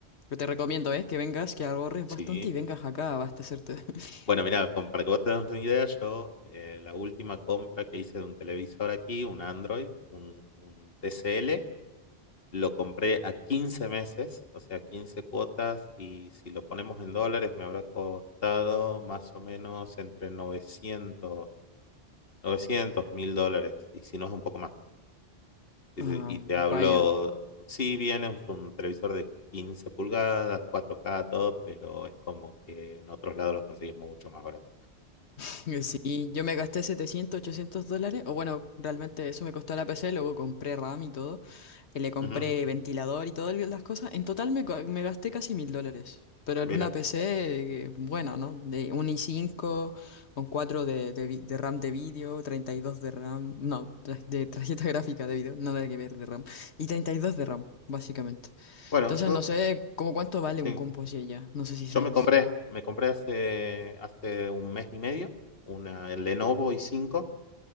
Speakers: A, on the left; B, on the left.
A: Pero te recomiendo, ¿eh? Que vengas, que ahorres bastante
B: sí.
A: y vengas acá a abastecerte. <laughs>
B: Bueno, mira, para que vos te das una idea, yo eh, la última compra que hice de un televisor aquí, un Android, un, un TCL, lo compré a 15 meses, o sea, 15 cuotas, y si lo ponemos en dólares me habrá costado más o menos entre novecientos novecientos 1000 dólares, y si no es un poco más. Dice,
A: Ah,
B: Y te hablo,
A: vaya.
B: sí, bien, es un televisor de 15 pulgadas, cuatro k todo, pero es como que en otros lados los conseguís mucho más barato.
A: <laughs> Sí, yo me gasté setecientos ochocientos dólares, o bueno, realmente eso me costó la PC, luego compré RAM y todo, y le compré
B: Ujú,
A: ventilador y todas las cosas, en total me, co- me gasté casi mil dólares, pero
B: Mira,
A: en una PC eh, buena, ¿no? De un i cinco con 4 de, de vi- de RAM de vídeo, 32 de RAM, no, tra- de tarjeta <laughs> gráfica de vídeo, nada que ver de RAM, y 32 de RAM, básicamente.
B: bueno,
A: Entonces
B: yo,
A: no sé cómo cuánto vale
B: sí,
A: un compo así allá, no sé si
B: yo
A: sabes.
B: me compré, me compré hace, hace un mes y medio una el Lenovo i5